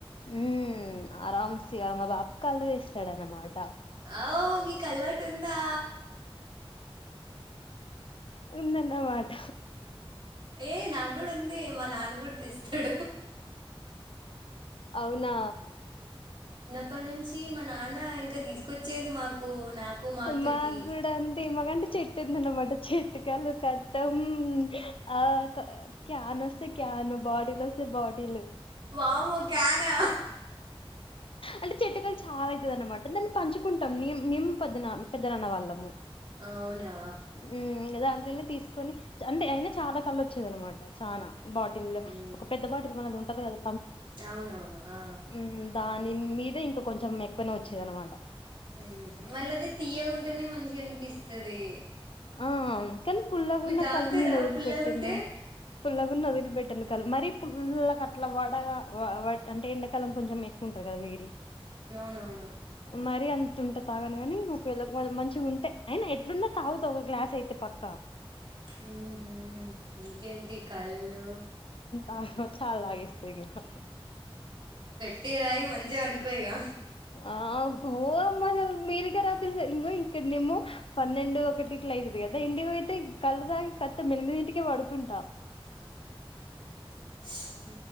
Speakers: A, on the left; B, on the right.
A: ఉమ్ ఆరాంసిగా మా బా కళ్ళు తెస్తడన్నమాట
B: ఔ మీకు అలవాటు ఉందా
A: ఉందన్ మాట
B: ఏ నా కూడ ఉంది మా నాన్న కూడా ఇస్తడు
A: అవునా
B: అప్పటి నుంచి మా నాన్న ఇంకా తీసుకొచ్చేది మాకు నాకు మా అక్కకి
A: మాగూడా అంతే మాకంటే చెట్టు ఉందన్నమాట చెట్టు లు కతం ఆ క్యాన్ వస్తే క్యాన్ బాటీలు వస్తే బాటిల్లు
B: వామ్మో కానా
A: అంటే చెట్టుకలు చాలా అయితది అన్నమాట దాన్ని పంచుకుంటాం. మేం మేం పెద్దనా పెద్దనాన్న వాళ్ళము
B: అవునా
A: ఉమ్ దానలల్లో తీసుకొని అంటే అయినా చాలా కల్లు వచ్చేది అనమాట చాన బాటిల్
B: మ్మ్.
A: ఒక పెద్ద బాటిల్ మనది ఉంటది కదా
B: అవునవును ఆ
A: మ్ దాని మీద ఇంకా కొంచెం ఎక్కువనే వచ్చేదినమాట
B: ఉ మళ్ళ అది తీయకుంటేనే మంచిగ అనిపిస్తది
A: ఆ కానీ పుల్లగున్న
B: తాగుతారా
A: కల నేను వదిలిపెట్టిన్నా
B: పుల్లగా ఉంటే
A: పుల్ల గున్న వదిలి పెట్టను క మరి పుల్లగ అట్లా వడ అంటే ఎండాకాలం కొంచెం ఎక్కువ ట కద వేడి
B: అవునవును
A: మరీ అంత ఉంటే తాగనుగాని ఒకవేళ మంచిగా ఉంటే అయినా ఎట్లున్నా తాగు ఒక గ్లాస్ అయితే పక్క
B: హుహు ఇంకేంటి కళ్ళు
A: హా చా లాగేస్తయిహా
B: గట్టిగ తాయి మంచిగా పనుకో ఇగా
A: ఆ ఓ అమ్మా అలు మీరుగా రా తెస ఇక్కడనేము పన్నెండు ఒకటి లేదుదు కదా ఇంటికి పోయితే కళ్ళుతాగి కత్తం ఎనిమెది ఇంటికే పడుకుంటా
B: <unintelligible> స